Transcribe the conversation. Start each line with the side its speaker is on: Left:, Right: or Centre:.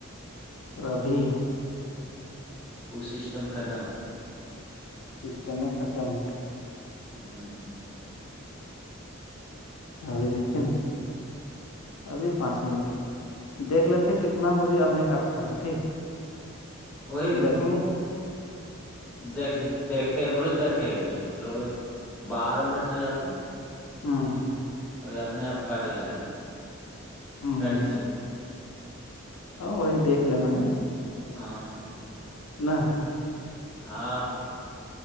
Left: ربی
Centre: وہ سسٹم ختم
Left: سسٹمیں ختم ہے
Centre: ہوں
Left: ابھی دیکھیے نا ابھی پانچ منٹ دیکھ لیتے ہیں کتنا بجے اپنے کاٹتا ہے ٹھیک ہے
Centre: وہی
Left: دیکھیں گے
Centre: دیک دے ہمرو دےلیے مطلب وہ بارہ منٹ ہو جاتا
Left: ہاں
Centre: تو اپنے آپ کاٹے لگے
Left: ہ
Centre: کٹ ج
Left: ہاں وہی دیکھ لینا ہے
Centre: ہاں
Left: نہ
Centre: ہاں ہاں